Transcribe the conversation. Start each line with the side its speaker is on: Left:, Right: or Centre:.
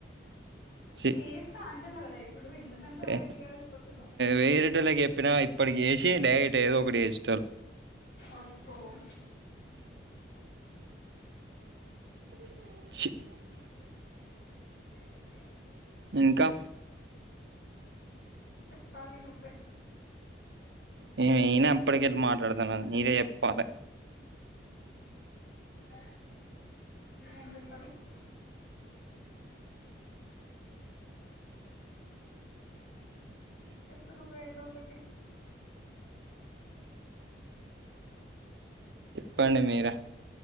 Right: చి
Left: చేస్తా అంటున్నా కదా ఇప్పుడు ఎందుకంత
Right: వె
Left: ఇది అయిపోతున్నావు
Right: వేరిటోళ్ళకి చొప్పిన ఇప్పటికేసి డైరెక్ట్ ఏదో ఒకటి చేస్
Left: అబ్బో <inaudible>
Right: <inaudible>
Left: <inaudible>
Right: ఇంకా
Left: చెప్పాలి నువ్వే
Right: నినే అప్పటికేని మాట్లాడతాన్నాను మీరే చొప్పాలి.
Left: ఉ ఎమ్ చెప్పాలి <inaudible> చెప్ను నువ్వే ఏదో ఒకటి
Right: ప్పండి మీరె